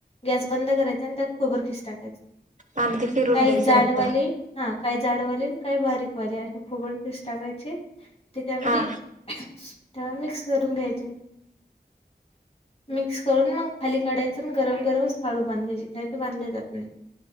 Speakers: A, on the left; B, on the right.
A: गॅस बंद करायचा आणि त्यात खबर खीस टाकायच
B: आणि ते फिरून
A: काही
B: घ्यायचं
A: जाडवाले
B: वाटतं
A: हा. काय झाडवाले काही बारीकवाले अशी खोबडतीस टाकायचे. ते त्यामध्ये
B: हा
A: त्या मिक्स करून घ्यायचे. मिक्स करून मग खाली काढायचं आणि गरम गरमच लाडू बांधायचे. नाही बधले आपण जातोय.